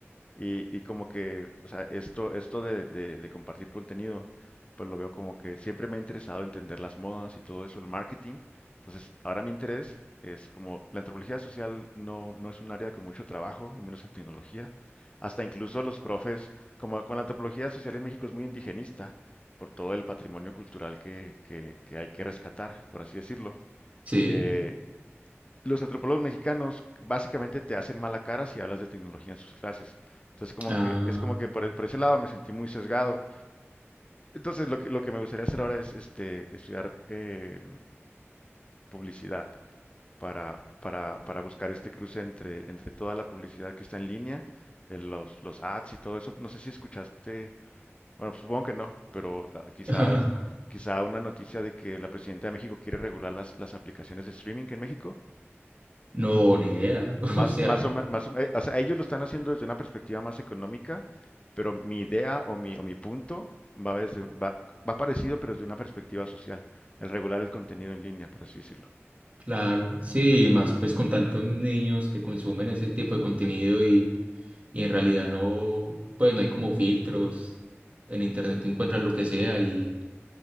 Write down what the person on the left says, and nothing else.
Y, y como que, o sea, esto, esto de, de- de compartir contenido, pues lo veo como que siempre me ha interesado entender las modas y todo eso, el marketing. Entonces, ahora mi interés es como la antropología social no, no es un área con mucho trabajo, y menos en tecnología. Hasta incluso los profes, como con la antropología social en México es muy indigenista por todo el patrimonio cultural que, que, que hay que rescatar, por así decirlo.
Eh, los antropólogos mexicanos básicamente te hacen mala cara si hablas de tecnología en sus clases. Entonces, como
que, es como que por, e- por ese lado me sentí muy sesgado. Entonces, lo que, lo que me gustaría hacer ahora es este, estudiar eh, publicidad para, para, para buscar este cruce entre, entre toda la publicidad que está en línea, eh, los, los ads y todo eso. No sé si escuchaste, bueno, pues, supongo que no, pero ah, quizás,
quizá una noticia de que la presidenta de México quiere regular las, las aplicaciones de streaming en México.
Más,
más o me- más o me- o sea, ellos lo están haciendo desde una perspectiva más económica, pero mi idea o mi, o mi punto va, desde, va, va parecido, pero desde una perspectiva social, el regular el contenido en línea, por así decirlo.